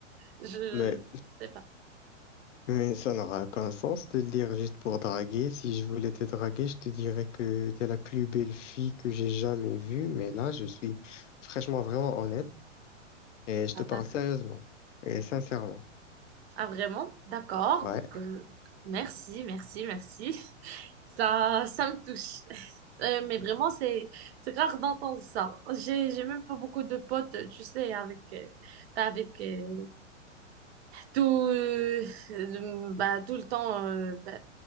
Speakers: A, on the right; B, on the left.
A: Je
B: Mais,
A: sais pas.
B: mais ça n'aura aucun sens de le dire juste pour draguer. Si je voulais te draguer, je te dirais que t'es la plus belle fille que j'ai jamais vue. Mais là, je suis franchement vraiment honnête et je
A: Ah,
B: te parle
A: d'accord.
B: sérieusement et sincèrement.
A: Ah, vraiment? D'accord.
B: Ouais,
A: Donc, euh, merci, merci, merci. <laughs> Ça, ça me touche. <laughs> Euh, mais vraiment, c'est, c'est rare d'entendre ça. J'ai, j'ai même pas beaucoup de potes, tu sais, avec, euh, bah, avec euh, tout, euh, bah, tout le temps euh, bah,